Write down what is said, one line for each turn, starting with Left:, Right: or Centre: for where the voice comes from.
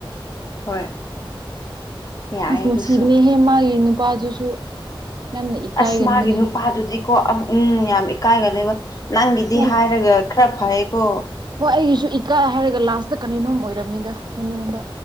Left: ꯍꯣꯏ ꯌꯥꯏ
Right: ꯑꯁ ꯅꯨꯡꯁꯤꯕꯅꯦꯍꯦ
Left: ꯑꯗꯨꯁꯨ
Right: ꯃꯥꯒꯤ ꯅꯨꯄꯥꯗꯨꯁꯨ ꯌꯥꯝꯅ ꯏꯀꯥꯏꯒꯟꯕꯅꯦ
Left: ꯑꯁꯃꯥꯒꯤ ꯅꯨꯄꯥꯗꯨꯗꯤ ꯀꯣ ꯎꯝ ꯌꯥꯝ ꯏꯀꯥꯏꯒ ꯂꯩꯕ ꯅꯪꯒꯤꯗꯤ
Right: ꯌꯥꯝ
Left: ꯍꯥꯏꯔꯒ ꯈꯔ ꯐꯩꯀꯣ
Right: ꯍꯣꯏ ꯑꯩꯒꯤꯁꯨ ꯏꯀꯥꯏ ꯍꯥꯏꯔꯒ ꯂꯥꯁꯇ ꯀꯔꯤꯅꯣꯝ ꯑꯣꯏꯔꯝꯃꯤꯗ ꯃꯅꯨꯡꯗ